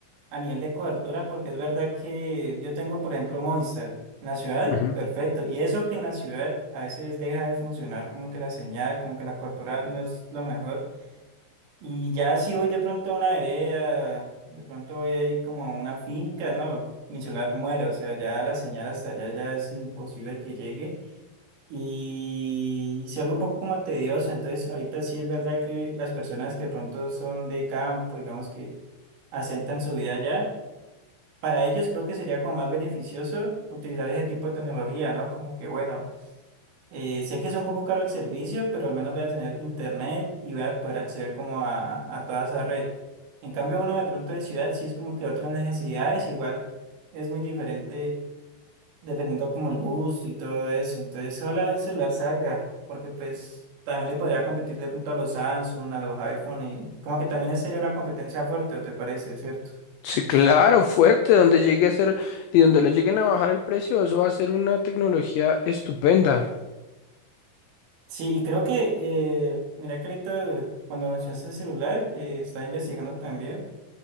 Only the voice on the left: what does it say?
Ujú.
Sí, claro, fuerte, donde llegue a ser y donde le lleguen a bajar el precio, eso va a ser una tecnología estupenda.